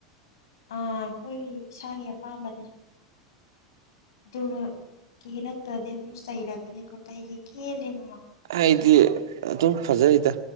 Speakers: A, on the left (about 70°); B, on the right (about 70°).
A: ꯑꯥ ꯑꯩꯈꯣꯏꯒꯤ ꯏꯁꯥꯒꯤ ꯑꯄꯥꯝꯕꯅꯤ ꯑꯗꯨꯒ ꯀꯦꯔꯛꯇ꯭ꯔꯗꯤ ꯑꯃꯨꯛ ꯆꯩꯔꯛꯒꯅꯦ ꯀꯣ ꯀꯩꯒꯤ ꯀꯦꯗ꯭ꯔꯤꯅꯣ
B: ꯑꯩꯗꯤ ꯑꯗꯨꯝ ꯐꯖꯩꯗ